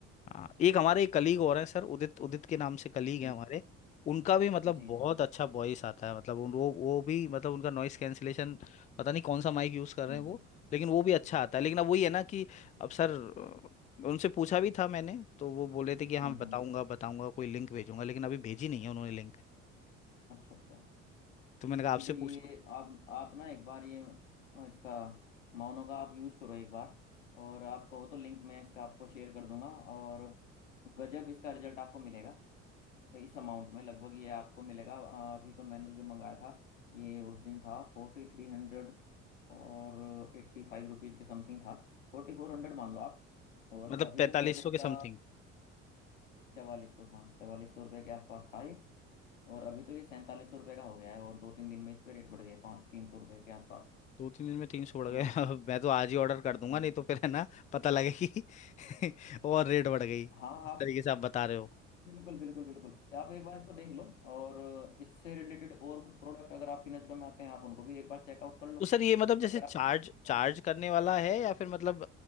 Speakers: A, on the left; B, on the left.
A: हाँ एक हमारे एक कलीग और हैं सर उदित उदित के नाम से कलीग हैं
B: जी
A: हमारे उनका भी मतलब
B: जी
A: बहुत
B: जी जी
A: अच्छा वॉइस आता है मतलब उन- वो वो भी मतलब उनका नॉइस कैंसिलेशन पता नहीं कौन सा माइक यूज कर रहे
B: हम्म
A: हैं वो लेकिन वो भी अच्छा आता है लेकिन अब वही है ना कि अब सर अ, उनसे पूछा भी था मैंने तो वो बोले थे कि हाँ
B: हम्म
A: बताऊंगा
B: हम्म।
A: बताऊंगा कोई लिंक भेजूंगा लेकिन अभी भेजी नहीं है उन्होंने लिंक
B: अच्छा अच्छा
A: तो मैंने कहा
B: नहीं
A: आपसे
B: तो ये
A: पूछ लूं।
B: आप आप ना एक बार ये अ, इसका माउनो का आप यूज़ करो एक बार और आप कहो तो लिंक मैं इसका आपको शेयर कर दूंगा और गजब इसका रिजल्ट आपको मिलेगा इस अमाउंट में लगभग ये आपको मिलेगा अ, अभी तो मैंने जो मंगाया था ये उस दिन था फोर्टी थ्री हंड्रेड और एट्टी फाइव रुपीज़ के समथिंग था फोर्टी फोर हंड्रेड मान लो आप और
A: मतलब
B: अभी
A: पैंतालीस
B: तो शायद इसका
A: सौ के समथिंग
B: चवालीस सौ हाँ चवालीस सौ रुपये के आसपास था ये और अभी तो ये सैंतालीस सौ रुपये का हो गया है और दो तीन दिन में इस पे रेट बढ़ गए पाँच तीन सौ रुपये के आसपास
A: दो तीन दिन में तीन सौ बढ़
B: तो
A: गए <laughs> अब मैं तो आज ही ऑर्डर कर दूंगा
B: हाँ
A: नहीं तो फिर है ना पता लगे कि <laughs> और रेट बढ़ गई जिस
B: हाँ आप
A: तरीके से आप बता रहे हो
B: बिल्कुल बिल्कुल बिल्कुल आप एक बार इसको देख लो और इससे रिलेटेड और कुछ प्रोडक्ट अगर आपकी नज़रों में आते हैं आप उनको भी एक बार चेकआउट कर लो
A: तो सर ये मतलब जैसे
B: अगर
A: चार्ज
B: आपको कुछ लगता
A: चार्ज
B: है
A: करने वाला है या फिर मतलब